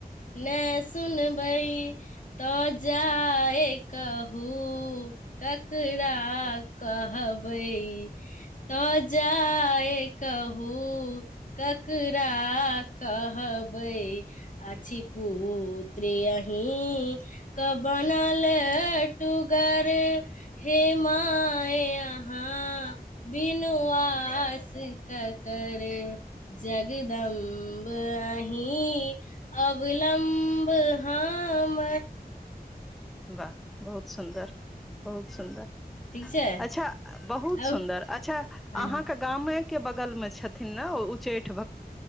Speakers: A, on the left (about 50°); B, in the centre.
A: ने सुनबै त जाय कहू ककरा कहबै त ज जाय कहू ककरा कहबै अ छी पुत्री अही क बनल टूगर हेमाय अहाँ बनु आ आस क कर जगदम्ब अहीं अवलम्ब हम
B: वाह बहुत सुन्दर बहुत सुन्दर
A: ठीक छै
B: अच्छा बहुत
A: अब
B: सुन्दर अच्छा
A: हँ
B: अहाँके गामे के बगल में छथिन ने ओ उचैठ